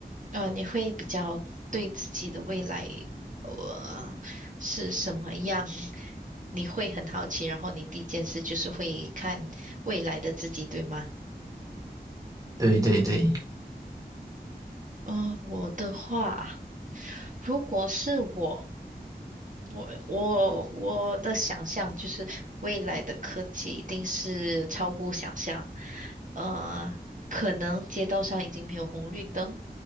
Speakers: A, on the right (about 50°); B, on the right (about 20°).
A: 呃，你会比较对自己的未来，呃，是什么样？你会很好奇，然后你第一件事就是会看未来的自己，对吗？
B: 对对对，
A: 嗯，我的话，如果是我。我我我的想象就是未来的科技一定是超乎想象，呃，可能街道上已经没有红绿灯，